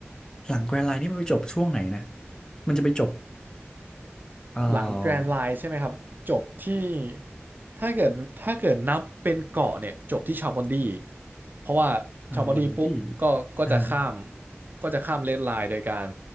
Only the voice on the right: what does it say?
หลังแกรนด์ไลน์ใช่ไหมครับจบที่ถ้าเกิดถ้าเกิดนับเป็นเกาะเนี่ยจบที่ชาบอนดีเพราะว่าชาบอนดีปุ๊บก็ก็จะข้าม
ก็จะข้ามเรดไลน์โดยการ